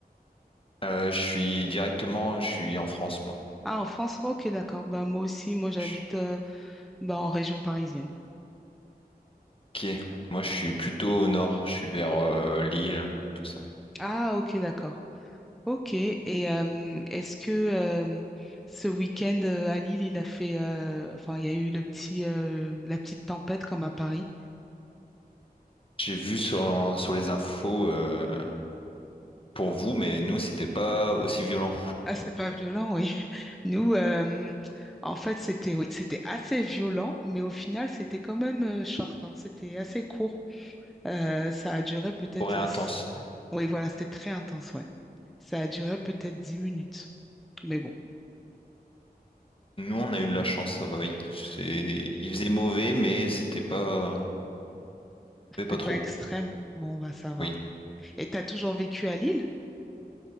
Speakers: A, on the left (about 35°); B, in the centre.
A: Euh, je suis directement, je suis en France moi.
B: Ah, en France? Ok, d'accord. Bah, moi aussi, moi j'habite
A: Je-
B: euh, bah, en région parisienne.
A: Ok, moi je suis plutôt au nord, je suis vers euh, Lille, tout ça.
B: Ah, ok, d'accord. Ok, et euh, est-ce que euh, ce week-end euh, à Lille, il a fait, euh, enfin, il y a eu le petit, euh, la petite tempête comme à Paris?
A: J'ai vu sur, sur les infos euh, pour vous, mais nous c'était pas aussi violent,
B: Ah, c'est pas violent, oui. Nous, euh, en fait, c'était oui, c'était assez violent, mais au final, c'était quand même euh, short, hein. C'était assez court. Euh, ça a duré peut-être...
A: rien
B: s-
A: intense.
B: Oui, voilà, c'était très intense, ouais. Ça a duré peut-être 10 minutes. Mais bon,
A: Nous on a eu de la chance, ça va. Il, c'est- il faisait mauvais, mais c'était pas, mais pas
B: c'est
A: trop.
B: pas extrême. Bon, bah, ça va.
A: Oui,
B: Et t'as toujours vécu à Lille?